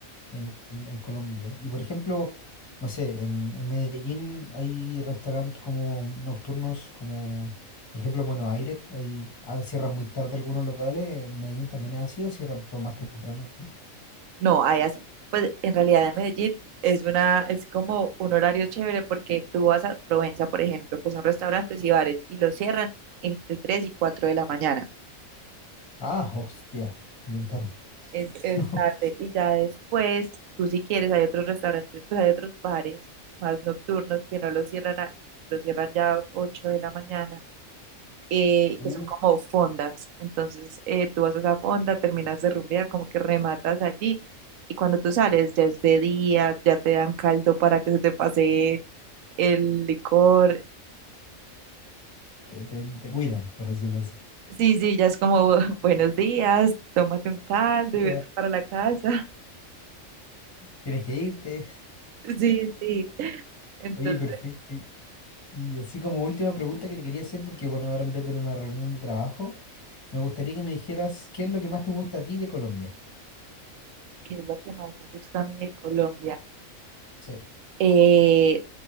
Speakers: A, on the left; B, on the right.
A: en, en- en Colombia. Y por ejemplo, no sé, en, en Medellín hay restaurantes como nocturnos, como por ejemplo en Buenos Aires, que hay, a veces cierran muy tarde algunos locales, en Medellín también es así, o cierran todo más temprano. ¿no?
B: No, hay así. Pues en realidad en Medellín es una, es como un horario chévere porque tú vas a Provenza, por ejemplo, que son restaurantes y bares y los cierran entre 3 y 4 de la mañana.
A: Ah, hostia, bien tarde.
B: Es,
A: <laughs>
B: es tarde. Y ya después, tú si quieres, hay otros restaurantes, pues hay otros bares más nocturnos que no los cierran, a- los cierran ya 8 de la mañana eh,
A: Uh,
B: que son como fondas. Entonces eh, tú vas a esa fonda, terminas de rumbear, como que rematas allí y cuando tú sales ya es de día, ya te dan caldo para que se te pase el licor.
A: te, te- te cuidan, por decirlo así.
B: Sí, sí, ya es como <laughs> buenos días, tómate un caldo
A: Ya,
B: y vete para la casa. <laughs>
A: Tienes que irte.
B: Sí, sí. Entonces,
A: Oye, perfecto. Y, y así como última pregunta que te quería hacer, porque bueno, ahora me tengo que ir a una reunión de trabajo, me gustaría que me dijeras qué es lo que más te gusta a ti de Colombia.
B: ¿qué es lo que más me gusta a mí de Colombia?
A: Sí.
B: Eh,